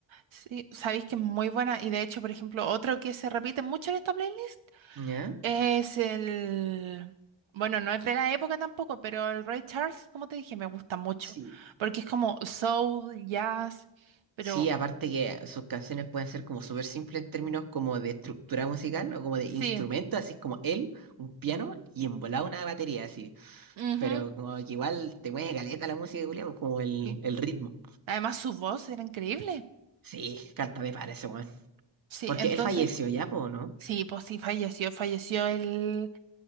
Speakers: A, on the right; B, on the right.
A: Sí, sabéis que es muy buena y de hecho, por ejemplo, otro que se repite mucho en esta playlist
B: ¿Ya?
A: Es el... Bueno, no es de la época tampoco, pero el Ray Charles, como te dije, me gusta mucho.
B: Sí.
A: Porque es como soul, jazz, pero
B: Sí, aparte que sus canciones pueden ser como súper simples en términos como de estructura musical o como de
A: sí.
B: instrumento, así es como él, un piano y en volada una batería, así.
A: ujú,
B: Pero como que igual te mueve caleta la música, Julián, como el,
A: sí.
B: el ritmo.
A: Además, su voz era increíble.
B: Sí, canta me parece, weón.
A: Sí,
B: Porque
A: entonces,
B: él falleció ya, po, ¿no?
A: sí, pues sí, falleció, falleció el...